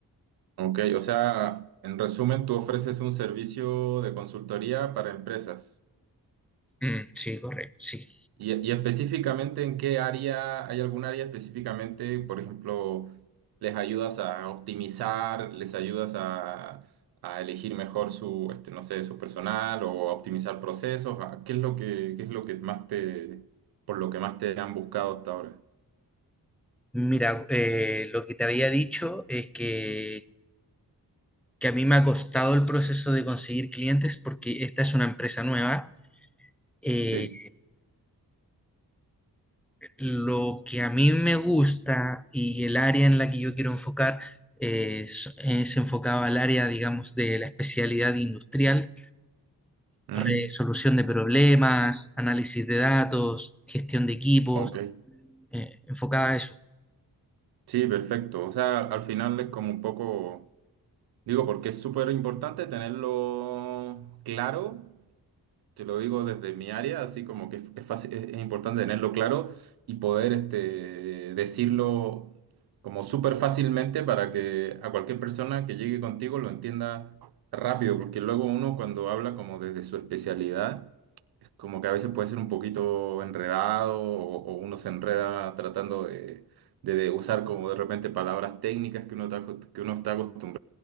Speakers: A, on the right (about 65°); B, in the centre.
A: Ok, o sea, en resumen, tú ofreces un servicio de consultoría para empresas.
B: Mm, sí, correcto, sí.
A: Y, y específicamente en qué área, ¿hay algún área específicamente, por ejemplo, les ayudas a optimizar, les ayudas a, a elegir mejor su, este, no sé, su personal o a optimizar procesos? ¿A- ¿Qué es lo que, qué es lo que más te, por lo que más te han buscado hasta ahora?
B: Mira, eh, lo que te había dicho es que, que a mí me ha costado el proceso de conseguir clientes porque esta es una empresa nueva. eh,
A: Sí.
B: Lo que a mí me gusta y el área en la que yo quiero enfocar es, es enfocado al área, digamos, de la especialidad industrial,
A: Mm,
B: resolución de problemas, análisis de datos, gestión de equipos,
A: ok.
B: eh, enfocada a eso.
A: Sí, perfecto. O sea, al final es como un poco, digo, porque es súper importante tenerlo claro Te lo digo desde mi área, así como que es, es fácil, es, es importante tenerlo claro y poder este, decirlo como súper fácilmente para que a cualquier persona que llegue contigo lo entienda rápido, porque luego uno cuando habla como desde su especialidad, es como que a veces puede ser un poquito enredado o, o uno se enreda tratando de, de- de usar como de repente palabras técnicas que uno está, acost- que uno está acostumbrado